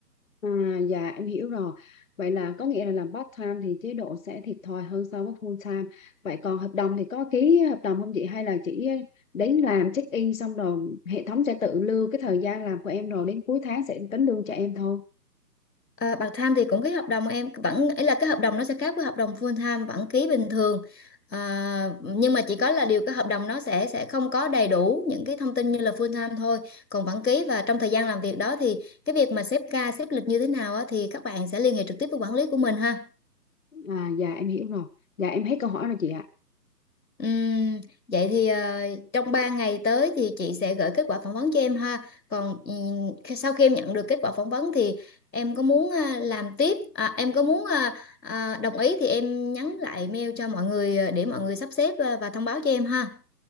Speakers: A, on the left; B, on the left.
A: À, dạ em hiểu rồi. Vậy là có nghĩa là làm part time thì chế độ sẽ thiệt thòi hơn so với full time. Vậy còn hợp đồng thì có ký hợp đồng không chị hay là chỉ đến làm check in xong rồi hệ thống sẽ tự lưu cái thời gian làm của em rồi đến cuối tháng sẽ tính lương cho em thôi.
B: à, part time thì cũng ký hợp đồng em vẫn ấy là cái hợp đồng nó sẽ khác với hợp đồng full time vẫn ký bình thường à, nhưng mà chỉ có là điều cái hợp đồng nó sẽ sẽ không có đầy đủ những cái thông tin như là full time thôi còn vẫn ký và trong thời gian làm việc đó thì cái việc mà xếp ca xếp lịch như thế nào á, thì các bạn sẽ liên hệ trực tiếp với quản lý của mình ha
A: À dạ em hiểu rồi. Dạ em hết câu hỏi rồi chị ạ.
B: Ừm, vậy thì ờ, trong 3 ngày tới thì chị sẽ gửi kết quả phỏng vấn cho em ha. Còn ừm, khi- sau khi em nhận được kết quả phỏng vấn thì em có muốn ờ, làm tiếp, à, em có muốn ờ, ờ, đồng ý thì em nhắn lại mail cho mọi người ờ, để mọi người sắp xếp ờ, và thông báo cho em ha.